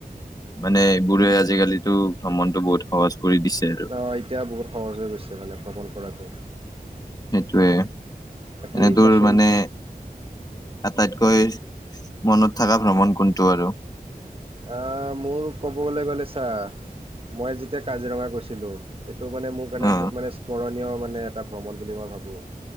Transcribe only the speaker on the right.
অ এতিয়া বহুত সহজ হৈ গৈছে মানে ভ্ৰমণ কৰাতটো
বাকী
কচোন
আহ মোৰ ক'বলৈ গ'লে ছা মই যেতিয়া কাজিৰঙা গৈছিলো সেইটো মানে মোৰ কাৰণে
বহুত মানে স্মৰণীয় মানে এটা ভ্ৰমণ বুলি মই ভাবোঁ